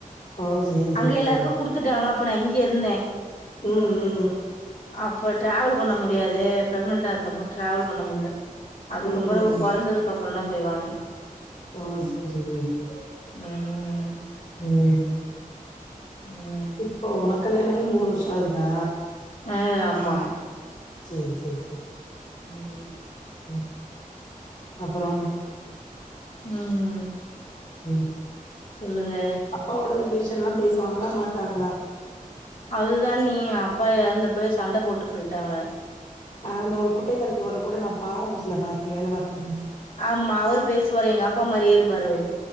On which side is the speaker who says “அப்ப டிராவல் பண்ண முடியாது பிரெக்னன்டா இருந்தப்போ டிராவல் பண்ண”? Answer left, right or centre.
Left